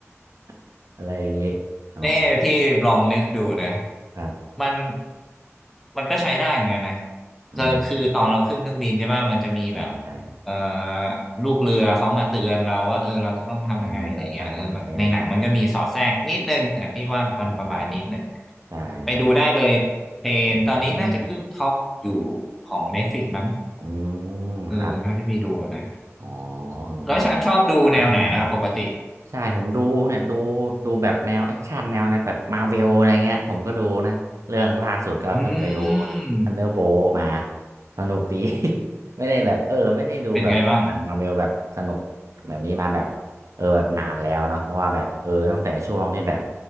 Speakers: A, on the right; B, in the centre.
A: <laughs> อะไรอย่างงี้อ๋อ
B: นี่พี่ลองนึกดูนะ
A: ครับ
B: มันมันก็ใช้ได้เหมือนกันนะ
A: อืม
B: ก็คือตอนเราขึ้นเครื่องบินใช่ป่ะมันจะมีแบบ
A: ใช่ใช่
B: เอ่อลูกเรือเขามาเตือนเราว่าเออเราจะต้องทำยังไงอะไรเงี้ยเออแบบในหนังมันก็มีสอดแทรกนิดนึงแต่พี่ว่ามันประมาณนิดนึง
A: เออทำอะไรอะไรอย่างเงี้ยใช่ใช่ใช่ใช่
B: ไปดูได้เลยเพลนตอนนี้น่าจะขึ้นท็อปอยู่
A: อืม
B: ของ Netflix มั้ง
A: อืมครับ
B: เออเท่าที่พี่ดูนะ
A: อ๋อเออไว้เดี๋ยวไว้ไปหาดู
B: แล้วฉันชอบดูแนวไหนล่ะปกติ
A: ใช่ผมดูเนี่ยดูดูแบบแนวแอคชั่นแนวอะไรแบบมาเวลอะไรเงี้ยผมก็ดูนะเรื่องล่าสุดก็เพิ่งไปดู
B: อืม
A: ทันเดอร์โบมาสนุกดี <laughs> ไม่ได้แบบเออไม่ได้ดูแบบหนังมาเวลแบบสนุกแบบนี้มาแบบเออแบบนานแล้วเนาะเพราะว่าแบบเออตั้งแต่ช่วงที่แบบ
B: เป็นไงบ้าง